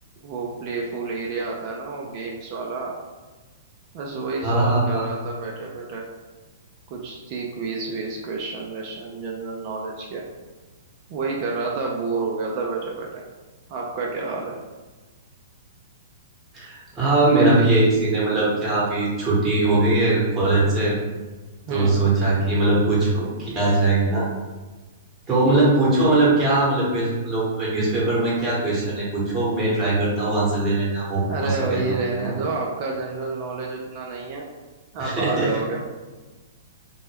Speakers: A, on the right; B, on the right.
A: वो प्लेफुल एरिया आता है ना वो गेम्स वाला बस वही सॉल्व
B: हाँ हाँ
A: कर
B: हाँ
A: रहा था बैठे बैठे कुछ थी क्विज विज क्वेश्चन वेश्चन जनरल नॉलेज के वही कर रहा था बोर हो गया था बैठे बैठे आपका क्या हाल है
B: हाँ हाँ मेरा भी यही सीन है मतलब क्या अभी छुट्टी हो गई है कॉलेज से
A: हम्म
B: तो सोचा कि मतलब कुछ हो- किया जाए है ना तो मतलब पूछो मतलब क्या मतलब क्वेश्चन मतलब न्यूज़पेपर में क्या क्वेश्चन है पूछो मैं ट्राई करता हूँ आंसर देने का हो
A: अरे
B: हो सके
A: वही
B: तो
A: रहने
B: है ना
A: दो आपका जनरल नॉलेज उतना नहीं है
B: <laughs>
A: आप हार जाओगे